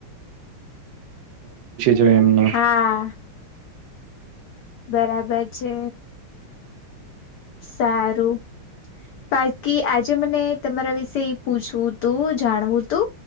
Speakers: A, on the right (about 75°); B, on the left (about 90°).
A: <unintelligible> જો એમના
B: હા બરાબર છે, સારું. બાકી આજે મને તમારા વિશે એ પૂછવું તું, જાણવું તું,